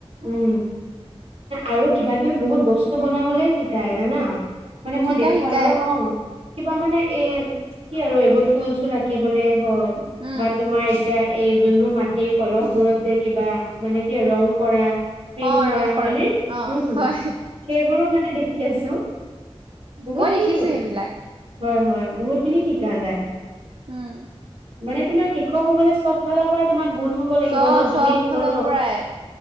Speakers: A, on the right; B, on the right.
A: উম। আৰু কিবা কিবি বহুত বস্তু বনাবলৈ শিকায়, জানা? মানে মই
B: শিকাই
A: দেখোঁ
B: শিকাই
A: আৰু অ'। কিবা মানে এ কি আৰু এইবোৰ ফুল-চুল আঁকিবলে হওঁক
B: উম
A: বা তোমাৰ এতিয়া এই যোনবোৰ মাটিৰ কলহবোৰত যে কিবা মানে কি আৰ ৰং কৰা। প্ৰিণ্ট
B: অ
A: কৰা,
B: ৰং কৰে
A: হয়নে?
B: অ
A: উম।
B: হয়
A: সেইবোৰো মানে দেখি আছোঁ। বহুত
B: মই
A: খিনি
B: দেখিছো
A: দুৰ
B: সেইবিলাক
A: হয়, হয়। বহুতখিনি শিকা নাই।
B: উম।
A: মানে তোমাৰ শিক্ষক হ'বলে চবফালৰ পৰা তোমাৰ গুণ হ'ব লাগিব
B: চ
A: ন'।
B: চব
A: তুমি
B: ফালৰ
A: অ
B: পৰাই